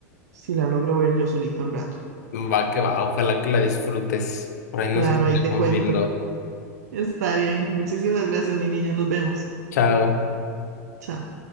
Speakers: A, on the right; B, on the left.
A: si la logro ver yo solito un rato.
B: va que va, ojalá que la disfrutes. Por ahí
A: Claro,
B: nos estaremos
A: ahí te cuento.
B: viendo.
A: Está bien. Muchísimas gracias, mi niño. Nos vemos.
B: Chao.
A: Chao.